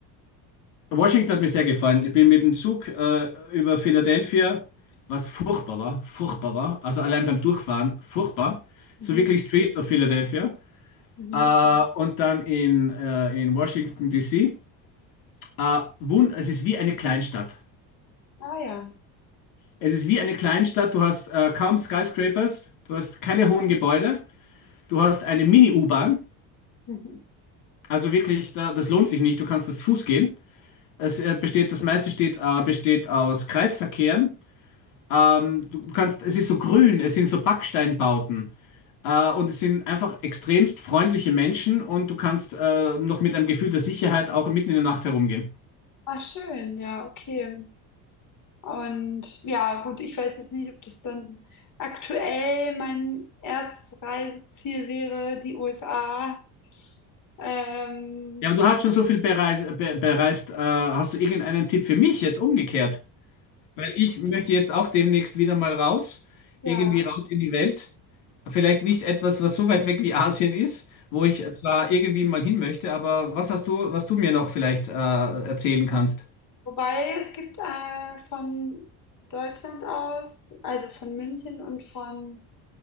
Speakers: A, on the left; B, on the left.
A: Washington hat mir sehr gefallen. Ich bin mit dem Zug äh, über Philadelphia, was furchtbar war, furchtbar war. Also allein beim Durchfahren, furchtbar.
B: Mhm,
A: So wirklich Streets of Philadelphia.
B: mhm.
A: Äh, und dann in, äh, in Washington, D.C. Äh, wund es ist wie eine Kleinstadt.
B: Ah ja. <laughs>
A: Es ist wie eine Kleinstadt. Du hast äh, kaum Skyscrapers, du hast keine hohen Gebäude, du hast eine Mini-U-Bahn.
B: Mhm.
A: Also wirklich, da, das lohnt sich nicht. Du kannst das Fuß gehen. Es äh, besteht, das meiste steht, äh, besteht aus Kreisverkehren Ähm, du du kannst, es ist so grün, es sind so Backsteinbauten. Äh, und es sind einfach extremst freundliche Menschen und du kannst äh, noch mit einem Gefühl der Sicherheit auch mitten in der Nacht herumgehen.
B: Ah, schön, ja, okay. Und ja, gut, ich weiß jetzt nicht, ob das dann aktuell mein erstes Reiseziel wäre, die USA. Ähm,
A: Ja, aber du hast schon so viel bereist, be bereist. Äh, hast du irgendeinen Tipp für mich jetzt umgekehrt? Weil ich möchte jetzt auch demnächst wieder mal raus,
B: ja.
A: irgendwie raus in die Welt. Vielleicht nicht etwas, was so weit weg wie Asien ist, wo ich zwar irgendwie mal hin möchte, aber was hast du, was du mir noch vielleicht äh, erzählen kannst?
B: Wobei es gibt äh, von Deutschland aus, also von München und von,